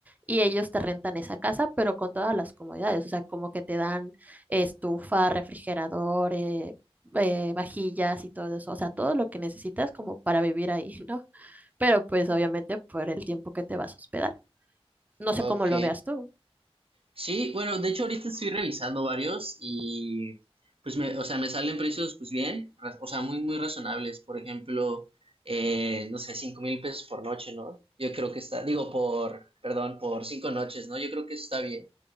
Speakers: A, on the right (about 15°); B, on the right (about 65°).
A: y ellos te rentan esa casa, pero con todas las comodidades, o sea, como que te dan estufa, refrigerador, eh, eh, vajillas y todo eso, o sea, todo lo que necesitas como para vivir ahí, <laughs> ¿no? Pero pues obviamente por el tiempo que te vas a hospedar. No
B: ok.
A: sé cómo lo veas tú.
B: Sí, bueno, de hecho ahorita estoy revisando varios y pues me, o sea, me salen precios pues bien, ra- o sea, muy, muy razonables. Por ejemplo, eh, no sé, cinco mil pesos por noche, ¿no? Yo creo que está, digo, por, perdón, por cinco noches, ¿no? Yo creo que eso está bien.